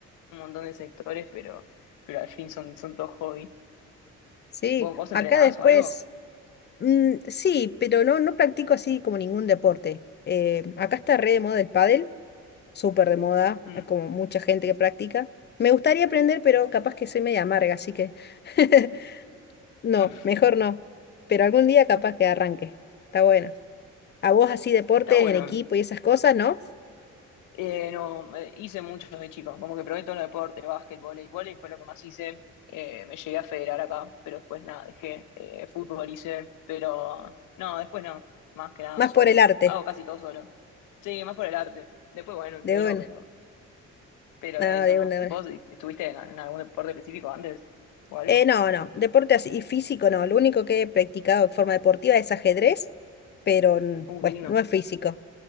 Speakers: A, on the left; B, on the left.
A: un montón de sectores, pero, pero al fin son, son todos hobbies.
B: Sí,
A: ¿Vos, vos
B: acá
A: entrenás
B: después,
A: o algo?
B: mm, sí, pero no, no practico así como ningún deporte. Eh, acá está re de moda el pádel, súper de moda,
A: Mm.
B: es como mucha gente que practica. Me gustaría aprender, pero capaz que soy media amarga, así que <laughs> no,
A: <laughs>
B: mejor no. Pero algún día capaz que arranque. Está bueno. A vos así deportes
A: Está bueno.
B: en equipo y esas cosas, ¿no?
A: Eh, no, eh, hice muchos de chicos, como que probé todos los deportes, básquet, vóley, vóley fue lo que más hice. Eh, me llegué a federar acá, pero después nada, dejé. Eh, fútbol hice, pero no, después no, más que nada
B: Más
A: solo.
B: por el arte.
A: Hago casi todo solo. Sí, más por el arte. Después, bueno, entreno,
B: De una.
A: pero, pero
B: Nada,
A: eso
B: de
A: no.
B: una. de
A: ¿Vos
B: una.
A: estuviste en, en algún deporte específico antes? ¿O algo?
B: Eh, no, no, deporte así, y físico no. Lo único que he practicado en forma deportiva es ajedrez, pero n-
A: Uh,
B: bueno,
A: qué lindo.
B: no es físico.